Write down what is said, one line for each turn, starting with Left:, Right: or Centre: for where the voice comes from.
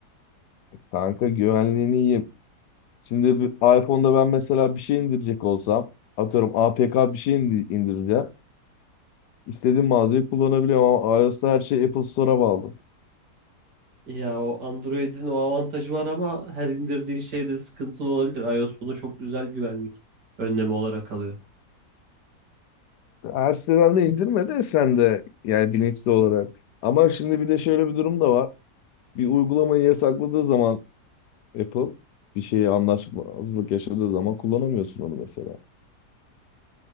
Left: Kanka güvenliğini yiyeyim. Şimdi bir iPhone'da ben mesela bir şey indirecek olsam atıyorum APK bir şey indi- indireceğim. İstediğim mağazayı kullanabiliyorum ama iOS'ta her şey Apple Store'a bağlı.
Right: Ya o Android'in o avantajı var ama her indirdiğin şeyde sıkıntılı olabilir. iOS bunu çok güzel güvenlik önlemi olarak alıyor.
Left: Her siteden de indirme de sen de yani bilinçli olarak. Ama şimdi bir de şöyle bir durum da var. Bir uygulamayı yasakladığı zaman Apple bir şeyi anlaşmazlık yaşadığı zaman kullanamıyorsun onu mesela.